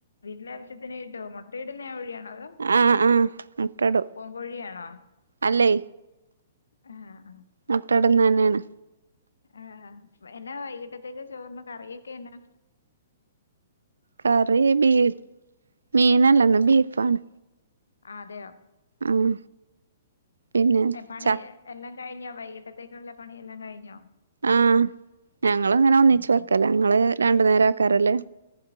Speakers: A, on the left (about 80°); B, on the right (about 80°).
A: വീട്ടിലവശ്യത്തിന്ട്ടോ മുട്ടയിടുന്ന തോ
B: ആഹ് ആഹ് മുട്ടടും
A: പ കോോഴിയാണോ
B: അല്ലേ
A: ആഹ
B: മുട്ടടുന്നന്നെയാണ്
A: ആഹ എന്നാ വൈകിട്ടത്തേക്ക് ചോർന്ന് കറിയൊക്കെന്നാ
B: കറി ബീ മീനല്ലന്ന് ബീഫാണ്
A: ആ അതെയോ
B: ആഹ് പിന്നെ
A: ഉ പണി
B: ച
A: എല്ലാം കഴിഞ്ഞോ വൈകിട്ടത്തേക്കുള്ള പണിയെല്ലാം കഴിഞ്ഞോ
B: ആഹ ഞങ്ങ അങ്ങനെ ഒന്നിച്ചച്ച്
A: ഉം
B: വെക്കല ഞങ്ങള് രണ്ടു നേരം ആക്കാറല്ലേ